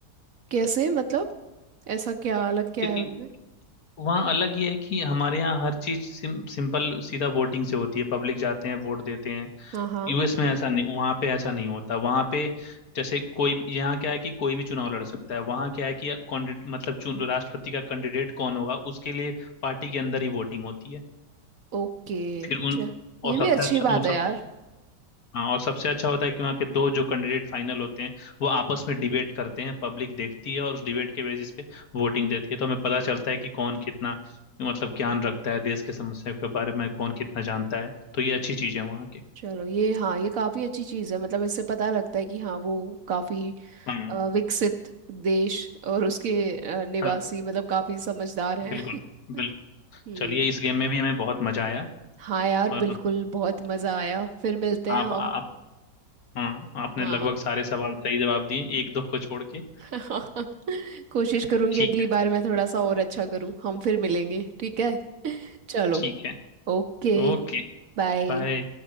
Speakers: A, on the right; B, on the left.
A: कैसे मतलब ऐसा क्या अलग क्या
B: क्योंकि
A: है उनमें
B: वहाँ अलग ये है कि हमारे यहाँ हर चीज सिम, सिंपल सीधा वोटिंग से होती है पब्लिक जाते हैं वोट देते हैं
A: हाँ हाँ
B: यूएस में ऐसा नहीं वहाँ पे ऐसा नहीं होता वहाँ पे जैसे कोई भी यहाँ क्या है कि कोई भी चुनाव लड़ सकता है वहाँ क्या है कि कैंडिडेट मतलब चुन राष्ट्रपति का कैंडिडेट कौन होगा उसके लिए पार्टी के अंदर ही वोटिंग होती है
A: ओके
B: फिर
A: अच्छा
B: उन
A: ये
B: और सबसे
A: भी अच्छी
B: अच्छा
A: बात
B: उन
A: है
B: सबसे
A: यार
B: हाँ और सबसे अच्छा होता है कि वहाँ के दो जो कैंडिडेट फाइनल होते हैं वो आपस में डिबेट करते हैं पब्लिक देखती है और उस डिबेट के बेसिस पे वोटिंग देती है तो हमें पता चलता है कि कौन कितना मतलब ज्ञान रखता है देश के समस्या के बारे में कौन कितना जानता है तो ये अच्छी चीज़ है वहाँ की
A: चलो ये हाँ ये काफी अच्छी चीज है मतलब इससे पता लगता है कि हाँ वो काफी
B: हाँ
A: अ, विकसित देश और उसके अ, निवासी
B: हाँ,
A: मतलब काफी समझदार हैं
B: बिल्कुल
A: <laughs>
B: बिल्कुल
A: हम्म
B: चलिए इस गेम में भी हमें बहुत मजा आया
A: हाँ यार
B: और
A: बिल्कुल बहुत मजा आया फिर मिलते
B: आप
A: हैं हम
B: आप हाँ आपने
A: हाँ
B: लगभग सारे सवाल सही जवाब दिए एक दो को छोड़ के
A: <laughs> कोशिश करूंगी
B: ठीक
A: अगली
B: है
A: बार मैं थोड़ा सा और अच्छा करूँ हम फिर मिलेंगे ठीक है <laughs> चलो
B: ठीक है
A: ओके
B: ओके
A: बाय
B: बाय